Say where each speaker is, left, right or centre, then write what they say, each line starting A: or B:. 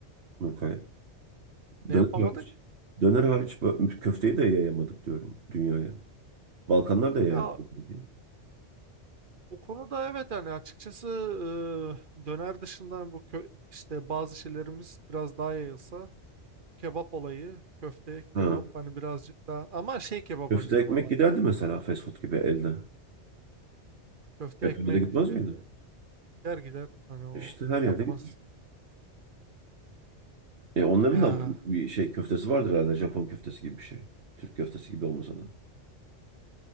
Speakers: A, on the right; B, on the right.
A: Nurkay.
B: Ne
A: Döner
B: yapamadık?
A: hariç, döner hariç bö- köfteyi de yayamadık diyorum dünyaya. Balkanlar da yayamadık.
B: Ya
A: diye.
B: o konuda evet hani açıkçası e, döner dışında bu kö işte bazı şeylerimiz biraz daha yayılsa kebap olayı, köfte,
A: Ha.
B: kebap hani birazcık daha ama şey kebabın
A: Köfte
B: diyorum
A: ekmek
B: hani
A: giderdi mesela fast food gibi elde.
B: Köfte
A: Japonya'da
B: ekmek
A: gitmez
B: e,
A: miydi?
B: gider gider hani o
A: İşte her yerde
B: yapmaz.
A: gider. E onların
B: Ah.
A: da bir şey köftesi vardır herhalde. Japon köftesi gibi bir şey. Türk köftesi gibi olmasa da.